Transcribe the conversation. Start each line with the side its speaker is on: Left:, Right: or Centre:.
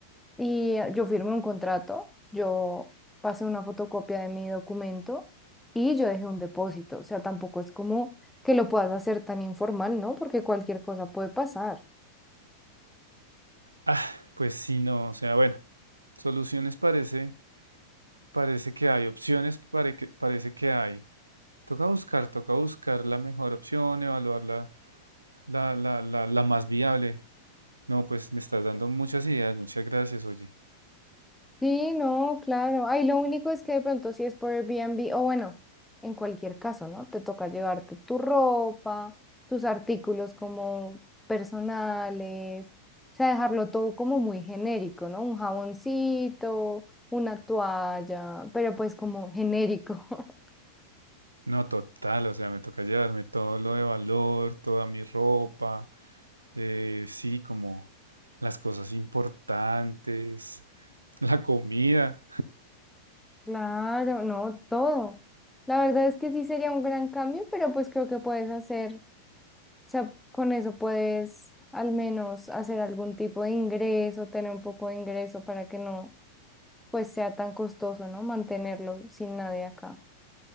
Centre: y eh, yo firmé un contrato, yo pasé una fotocopia de mi documento y yo dejé un depósito. O sea, tampoco es como que lo puedas hacer tan informal, ¿no? Porque cualquier cosa puede pasar.
Right: Ah, pues sí, no, o sea, bueno, soluciones parece, parece que hay, opciones pare que- parece que hay. Toca buscar, toca buscar la mejor opción, evaluar la, la, la, la, la más viable. No, pues me estás dando muchas ideas, muchas gracias, oye.
Centre: Sí, no, claro. Ay, lo único es que de pronto si es por Airbnb, o bueno, en cualquier caso, ¿no? Te toca llevarte tu ropa, tus artículos como personales, o sea, dejarlo todo como muy genérico, ¿no? Un jaboncito, una toalla, pero pues como genérico. <laughs>
Right: No, total, o sea, me toca llevarme todo lo de valor, toda mi ropa, eh, sí, como las cosas importantes, <laughs> la comida.
Centre: Claro, no, todo. La verdad es que sí sería un gran cambio, pero pues creo que puedes hacer. O sea, con eso puedes al menos hacer algún tipo de ingreso, tener un poco de ingreso para que no, pues sea tan costoso, ¿no? Mantenerlo sin nadie acá.